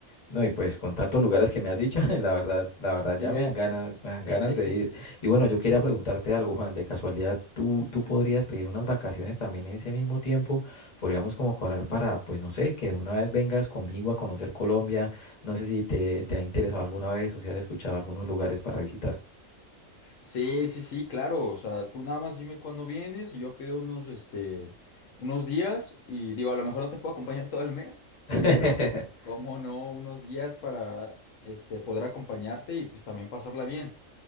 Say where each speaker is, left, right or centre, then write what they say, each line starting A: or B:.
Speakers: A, on the left; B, on the left.
A: No, y pues con tantos lugares que me has dicho, <laughs> la verdad, la verdad
B: Sí,
A: ya me
B: hay
A: dan ganas,
B: que...
A: me dan
B: <laughs>
A: ganas de ir. Y bueno, yo quería preguntarte algo, Juan, de casualidad, ¿tú, tú podrías pedir unas vacaciones también en ese mismo tiempo? Podríamos como cuadrar para, pues no sé, que de una vez vengas conmigo a conocer Colombia. No sé si te, te ha interesado alguna vez o si has escuchado algunos lugares para visitar.
B: Sí, sí, sí, claro. O sea, tú nada más dime cuándo vienes y yo pido unos, este, unos días y digo, a lo mejor no te puedo acompañar todo el mes,
A: <laughs>
B: pero cómo no, unos días para, este, poder acompañarte y pues también pasarla bien.